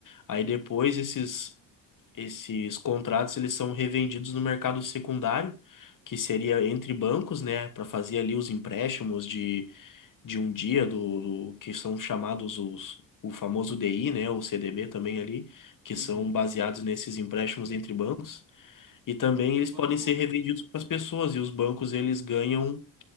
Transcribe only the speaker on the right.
Uhum.
E
o banco,